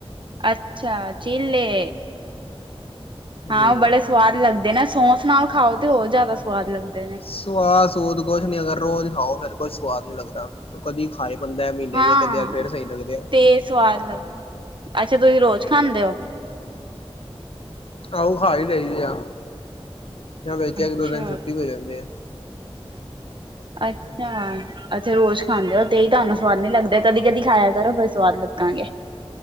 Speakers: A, on the right; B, on the left.
A: ਅੱਛਾ, ਚੀਲੇ
B: ਹੂੰ।
A: ਹਾਂ ਬੜੇ ਸਵਾਦ ਲੱਗਦੇ ਨੇ, ਸੌਸ ਨਾਲ ਖਾਓ ਤੇ ਉਹ ਜ਼ਿਆਦਾ ਸਵਾਦ ਲੱਗਦੇ ਨੇ।
B: ਸਵਾਦ ਸੁੂਦ ਕੁਛ ਨੀ ਅਗਰ ਰੋਜ਼ ਖਾਓ ਫਿਰ ਕੁਛ ਸਵਾਦ ਨੀਂ ਲੱਗਦਾ, ਉਹ ਕਦੀ ਖਾਏ ਬੰਦਾ ਮਹੀਨੇ
A: ਹਾਂ
B: ਚ ਕਦੇ
A: -ਹਾਂ
B: ਫੇਰ ਸਹੀ ਲੱਗਦੇ ਆ।
A: ਤੇ ਸਵਾਦ ਲੱਗ, ਅੱਛਾ ਤੁਸੀਂ ਰੋਜ਼ ਖਾਂਦੇ ਓ
B: ਆਊ ਖਾ ਹੀ ਲਈਦੇ ਆ, ਜਾਂ ਵਿੱਚ
A: ਅੱਛਾ
B: ਇੱਕ- ਦੋ ਦਿਨ ਛੁੱਟੀ ਹੋ ਜਾਂਦੀ ਏ।
A: ਅੱਛਾ ਅੱਛੇ ਰੋਜ਼ ਖਾਂਦੇ ਓ, ਤੇ ਹੀ ਤੁਹਾਨੂੰ ਸਵਾਦ ਨੀ ਲੱਗਦੇ, ਕਦੀ- ਕਦੀ ਖਾਇਆ ਕਰੋ ਫੇਰ ਸਵਾਦ ਲੱਗਾਗੇ।